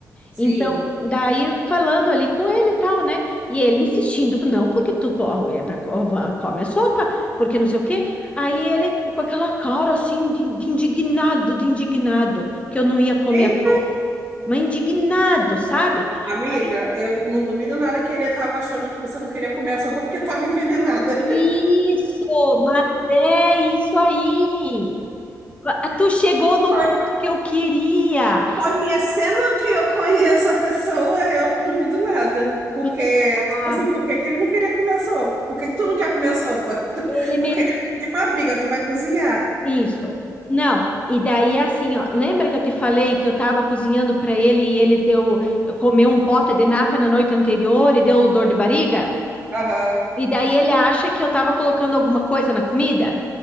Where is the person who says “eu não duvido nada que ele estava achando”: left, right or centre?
Right